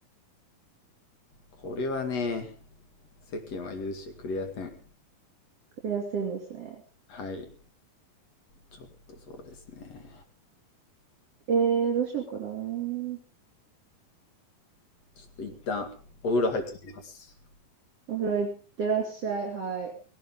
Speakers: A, on the left; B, on the right.
A: これはね、世間は許してくれやせん。
B: クレア線ですね。
A: はい。ちょっとそうですね。
B: えー、どうしようかな。うん。
A: ちょっと一旦お風呂入ってきます。
B: お風呂行ってらっしゃい。はい。